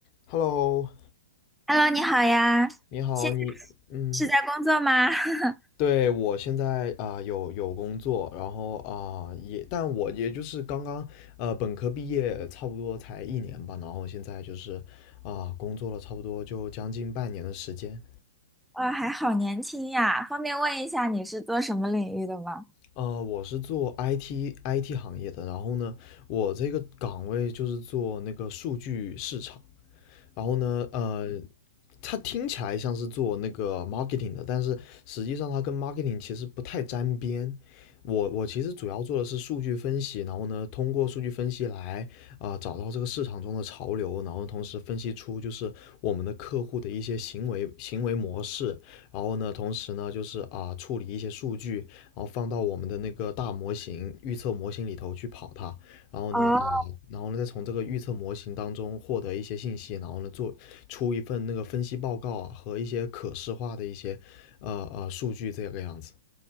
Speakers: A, on the left; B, in the centre.
A: Hello，
B: Hello，你好呀，
A: 你好，
B: 现在
A: 你嗯，
B: 是在工作吗？<laughs>
A: 对，我现在啊、有有工作，然后啊、也，但我也就是刚刚呃本科毕业，差不多才一年吧，然后现在就是啊、工作了差不多就将近半年的时间。
B: 哇，还好年轻呀！方便问一下你是做什么领域的吗？
A: 呃，我是做 IT IT 行业的，然后呢，我这个岗位就是做那个数据市场。然后呢，呃，它听起来像是做那个 marketing 的，但是实际上它跟 marketing 其实不太沾边。我我其实主要做的是数据分析，然后呢，通过数据分析来啊、呃找到这个市场中的潮流，然后同时分析出就是我们的客户的一些行为行为模式，然后呢，同时呢就是啊、处理一些数据，然后放到我们的那个大模型预测模型里头去跑它，然后呢，
B: 哦，
A: 呃，然后呢，再从这个预测模型当中获得一些信息，然后呢，做出一份那个分析报告啊，和一些可视化的一些，呃呃数据这个样子。